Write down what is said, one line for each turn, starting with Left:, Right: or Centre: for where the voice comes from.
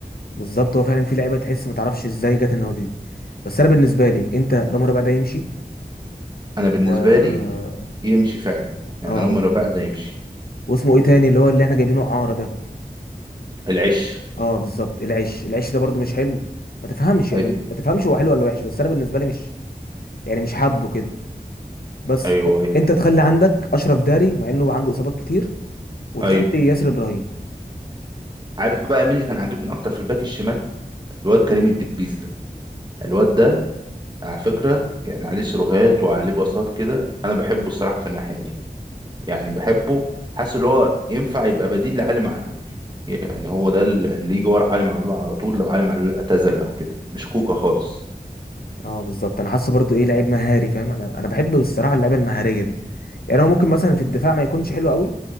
Left: بالظبط هو فعلا في لعيبه تحس ما تعرفش ازاي جت النوادي دي بس انا بالنسبه لي انت رامي ربيعه ده يمشي
Right: انا بالنسبه
Left: و
Right: لي يمشي فعلا يعني
Left: اه
Right: لو مربع ده يمشي
Left: واسمه ايه تاني اللي هو اللي احنا جايبينه اعاره ده
Right: العش
Left: اه بالظبط العش العش ده برضو مش حلو ما تفهمش يعني
Right: ايوه
Left: ما تفهمش هو حلو ولا وحش بس انا بالنسبه لي مش يعني مش حابه كده بس
Right: ايوه ايوه
Left: انت تخلي عندك اشرف داري مع انه عنده اصابات كتير وتخلي
Right: ايوه
Left: ياسر ابراهيم
Right: عارف بقى مين اللي كان عاجبني اكتر في الباك الشمال الواد كريم الدبيس ده الواد ده على فكره يعني عليه سيروهات وعليه باصات كده انا بحبه الصراحه في الناحيه دي يعني بحبه حاسس اللي هو ينفع يبقى بديل لعلي معلول يعني هو ده اللي يجي ورا علي معلول على طول لو علي معلول اعتزل او كده مش كوكا خالص
Left: اه بالظبط انا حاسه برضو ايه لعيب مهاري فاهم انا انا بحب الصراحه اللعيبه المهاريه دي يعني هو ممكن مثلا في الدفاع ما يكونش حلو قوي